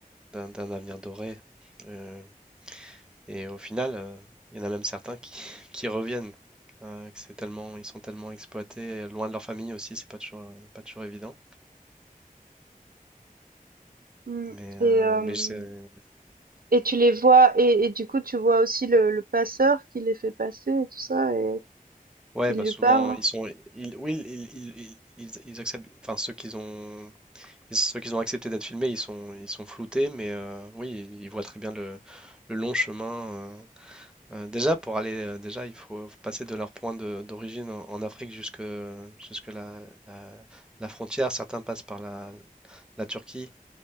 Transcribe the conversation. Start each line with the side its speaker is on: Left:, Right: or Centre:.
Centre: d'un d'un avenir doré. euh, et au final, euh, il y en a même certains qui, <laughs> qui reviennent. euh, que c'est tellement, ils sont tellement exploités, euh, loin de leur famille aussi. C'est pas toujours, euh, pas toujours évident.
Right: Mm.
Centre: Mais
Right: Et
Centre: euh,
Right: euh,
Centre: mais c'est-
Right: et tu les vois et et du coup tu vois aussi le le passeur qui les fait passer et tout ça et
Centre: ouais,
Right: il
Centre: bah
Right: lui
Centre: souvent
Right: parle.
Centre: ils sont, ils, oui, ils, ils, ils- ils- ils acceptent. Enfin, ceux qu'ils ont, ils- ceux qu'ils ont accepté d'être filmés, ils sont, ils sont floutés. Mais euh, oui, ils voient très bien le le long chemin. euh, Euh, déjà, pour aller, euh, déjà, il faut passer de leur point de- d'origine en, en Afrique jusque, jusque la, la- la frontière. Certains passent par la, la Turquie